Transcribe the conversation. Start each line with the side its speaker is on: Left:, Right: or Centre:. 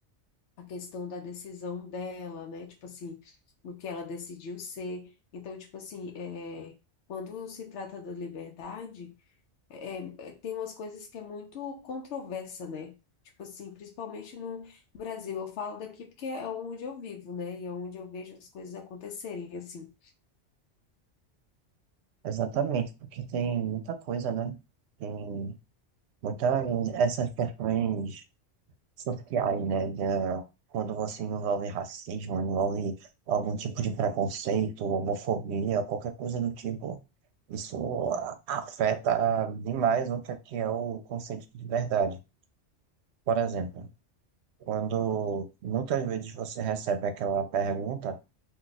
Left: a questão da decisão dela, né? Tipo assim, do que ela decidiu ser. Então, tipo assim, é, quando se trata da liberdade é, é, tem umas coisas que é muito controversa, né? Tipo assim, principalmente no Brasil. Eu falo daqui porque é onde eu vivo, né? E é onde eu vejo as coisas acontecerem, assim.
Right: Exatamente, porque tem muita coisa, né? Tem muitas essas questões sociais, né? da- quando você envolve racismo, envolve algum tipo de preconceito, homofobia, qualquer coisa do tipo, isso a- afeta demais o que é que é o conceito de verdade. Por exemplo, quando muitas vezes você recebe aquela pergunta,